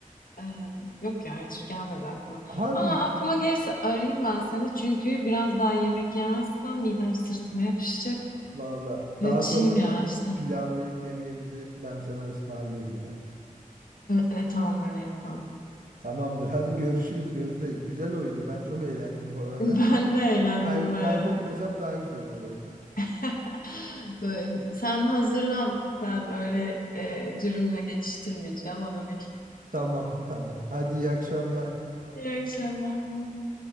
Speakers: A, on the left; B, on the right.
A: Ee, yok ya hiç gelmedi aklıma.
B: <laughs> Harbi
A: Ama aklıma gelirse arayayım ben seni. Çünkü biraz daha yemek yemezsem midem sırtıma yapışacak.
B: valla.
A: Kaçayım
B: Daha sonra
A: yavaştan.
B: planlayıp yemeğimizi ben sana ısmarlayayım ya.
A: Evet, tamam öyle yapalım.
B: Tamamdır. Hadi görüşürüz Gözde. Güzel oyundu. Ben çok eğlendim bu arada.
A: <laughs> Ben de eğlendim
B: Kay-
A: bayağı.
B: kaybetmesem daha güzel olurdu.
A: <laughs> Böyle, sen hazırlan. Ben öyle e, dürümle geçiştirmeyeceğim. Onu bil.
B: Tamam tamam. Hadi iyi akşamlar.
A: İyi akşamlar. Bye. bye.